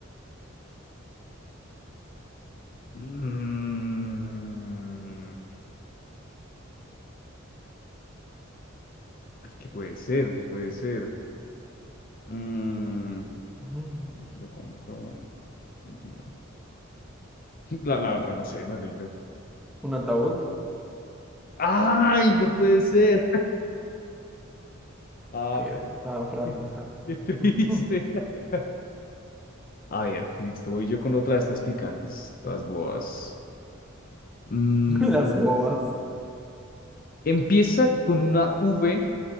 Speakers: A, on the left; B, in the centre.
A: Mm, ay, ¿qué puede ser? ¿Qué puede ser? Mm,
B: Mm,
A: lo compro. <laughs> veintiuno. La, la verdad, no sé, me rindo.
B: ¿Un ataúd?
A: ¡Ay, no puede ser! Ah,
B: Sí, eso estaba
A: <laughs>
B: para
A: qué,
B: pensar.
A: qué triste.
B: Ujú.
A: <laughs> A ver, listo, voy yo con otra de estas picantes, todas boas. Mm,
B: <laughs> Las bobas.
A: empieza con una V